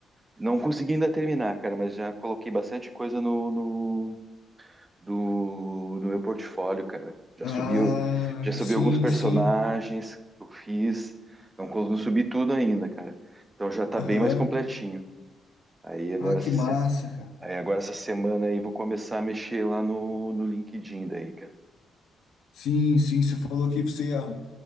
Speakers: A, on the right (about 25°); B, on the left (about 80°).
A: Não consegui ainda terminar, cara, mas já coloquei bastante coisa no, no, do, do meu portfólio, cara. Já
B: Ah,
A: subi, já subi
B: sim,
A: alguns personagens
B: sim,
A: que eu fiz. Não, cons- não subi tudo ainda, cara. Então já tá
B: aham.
A: bem mais completinho. Aí agora
B: Ah, que
A: essa,
B: massa,
A: se-
B: cara.
A: aí agora essa semana aí vou começar a mexer lá no, no LinkedIn daí, cara.
B: Sim, sim, você falou que você ia